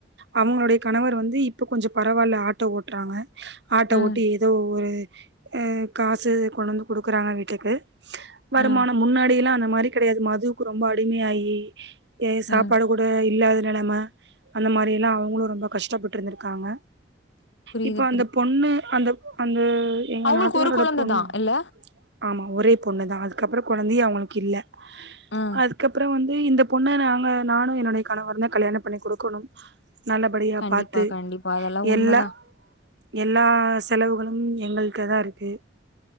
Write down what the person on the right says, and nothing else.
அவங்களோட கணவர் வந்து இப்ப கொஞ்ச பரவால்ல ஆட்டோ ஓட்றாங்க ஆட்டோ
ஓட்டி எதோ ஒரு அ காசு கொண்டு வந்து குடுக்குறாங்க வீட்டுக்கு வருமானம்
முன்னாடி எல்லா அந்த மாரி கடையாது மதுவுக்கு ரொம்ப அடிமையாயி சாப்பாடு
கூட இல்லாத நெலம அந்த மாரி எல்லா அவுங்களு ரொம்ப கஷ்டப்பட்டு இருந்திருக்காங்க
இப்ப அந்த பொண்ணு அந்த அந்த எங்க
நாத்தனாரோட
பொண்ணு
ஆமா ஒரே பொண்ணு தா அதுக்கப்றோ கொழந்தையு அவங்களுக்கு இல்ல
அதுக்கப்புற வந்து இந்த பொண்ணு நாங்க நானு என்னுடைய கணவருந்தா கல்யாண பண்ணி குடுக்கணு நல்லபடியா
பாத்து
எல்லா
எல்லா செலவுகளு எங்களுக்கு தா இருக்கு